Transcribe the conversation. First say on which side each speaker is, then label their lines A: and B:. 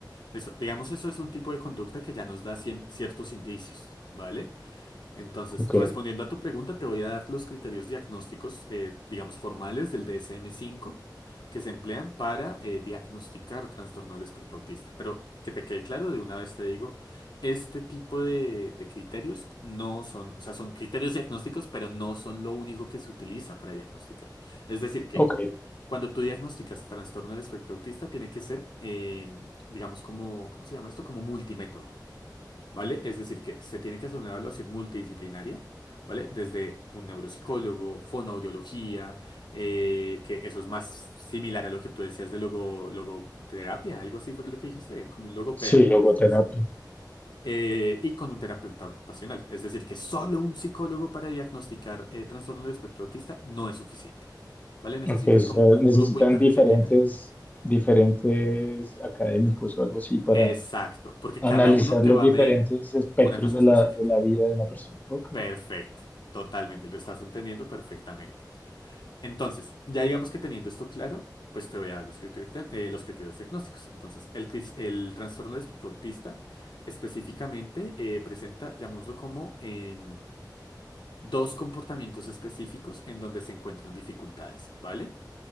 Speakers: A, on the left; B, on the left.
A: Eso, digamos, eso es un tipo de conducta que ya nos da cien- ciertos indicios, ¿vale? Entonces,
B: ok,
A: respondiendo a tu pregunta, te voy a dar los criterios diagnósticos, eh, digamos, formales del DSM-5 que se emplean para eh, diagnosticar trastorno del espectro autista. Pero que te quede claro, de una vez te digo, este tipo de, de criterios no son, o sea, son criterios diagnósticos, pero no son lo único que se utiliza para diagnosticar. Es decir, que
B: ok.
A: cuando tú diagnosticas trastorno del espectro autista, tiene que ser, eh, digamos, como, ¿cómo se llama esto? Como multimétodo. ¿vale? Es decir, que se tiene que hacer una evaluación multidisciplinaria, ¿vale? Desde un neuropsicólogo, fonoaudiología, eh, que eso es más similar a lo que tú decías de logo, logoterapia, algo así fue lo que dijiste, como un logopeda,
B: Sí, logoterapia.
A: por decirlo así. Eh, y con un terapeuta ocupacional, es decir, que solo un psicólogo para diagnosticar eh, trastorno del espectro autista no es suficiente, ¿vale? Necesitas
B: Ok, o sea,
A: como un
B: necesitan
A: grupo interdisciplinario.
B: diferentes, diferentes académicos o algo así para
A: Exacto, porque
B: analizar
A: cada uno te
B: los
A: va
B: diferentes
A: a medir
B: espectros
A: una cosa
B: de
A: específica.
B: la, de la vida de una persona. Ok,
A: Perfecto, totalmente, lo estás entendiendo perfectamente. Entonces, ya digamos que teniendo esto claro, pues te voy a dar los criterios, dia- eh, los criterios diagnósticos. Entonces, el, cris- el trastorno del espectro autista específicamente eh, presenta, llamémoslo como, em, dos comportamientos específicos en donde se encuentran dificultades, ¿vale?